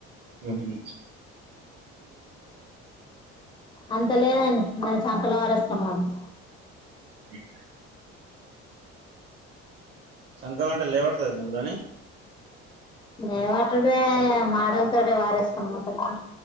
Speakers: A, on the right; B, on the left.
A: హ్మ్ హు
B: అంత లేదండి మనం సంకల వారిస్తాము మ్మ్
A: ఉమ్. సంఖం అంటే లేవడుతుంది మమ్మలుని
B: నైవాటే మల్ సరే వాడేసుకొని పోతది